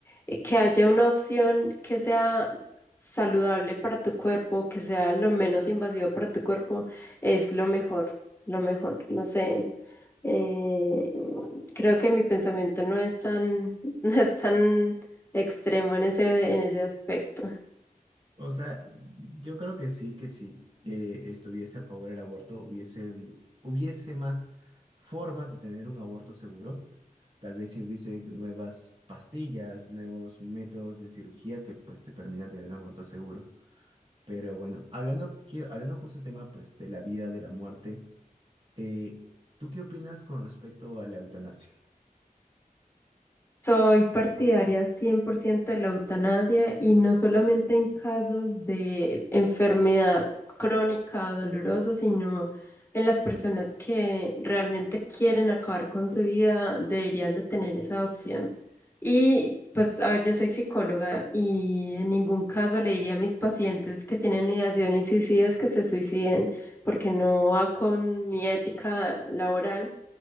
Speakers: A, on the left; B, on the right.
A: eh, que haya una opción que sea saludable para tu cuerpo, que sea lo menos invasivo para tu cuerpo, es lo mejor, lo mejor. No sé, eh, creo que mi pensamiento no es tan, <laughs> no es tan extremo en ese, en ese aspecto.
B: O sea, yo creo que sí, que si eh, estuviese a favor del aborto, hubiese, habi- hubiese más formas de tener un aborto seguro. Tal vez si hubiese nuevas pastillas, nuevos métodos de cirugía que pues te permitan tener un aborto seguro. Pero bueno, hablando, que- hablando justo del tema pues de la vida, de la muerte, eh, ¿tú qué opinas con respecto a la eutanasia?
A: Soy partidaria 100% de la eutanasia y no solamente en casos de enfermedad crónica dolorosa, sino en las personas que realmente quieren acabar con su vida, deberían de tener esa opción. Y pues, a ver, yo soy psicóloga y en ningún caso le diría a mis pacientes que tienen ideaciones suicidas que se suiciden porque no va con mi ética laboral.